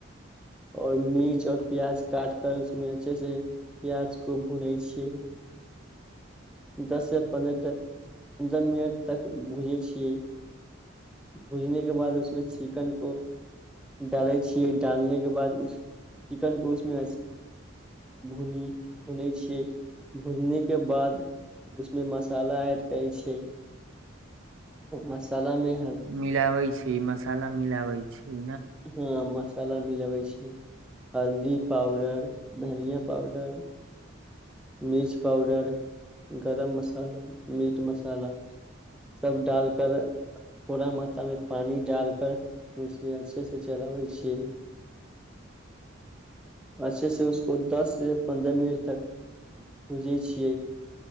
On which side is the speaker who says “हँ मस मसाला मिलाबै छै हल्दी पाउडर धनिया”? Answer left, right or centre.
Centre